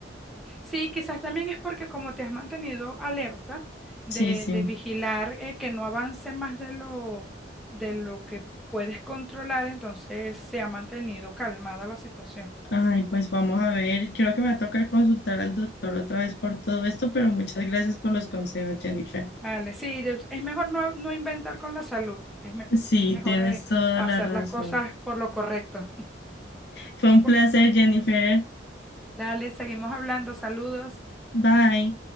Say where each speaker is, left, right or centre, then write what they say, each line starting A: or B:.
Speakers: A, in the centre; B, on the left.
A: Sí, quizás también es porque como te has mantenido alerta de,
B: Sí, sí.
A: de vigilar eh, que no avance más de lo, de lo que puedes controlar, entonces se ha mantenido calmada la situación.
B: Ay, pues vamos a ver. Creo que me va a tocar consultar al doctor otra vez por todo esto, pero muchas gracias por los consejos, Jennifer.
A: Vale, sí, es es mejor no, no inventar con la salud, es me-
B: Sí,
A: mejor
B: tienes
A: eh,
B: toda
A: hacer
B: la razón.
A: las cosas por lo correcto.
B: Fue un
A: <laughs>
B: placer,
A: Cu-
B: Jennifer.
A: Dale, seguimos hablando, saludos.
B: Bye.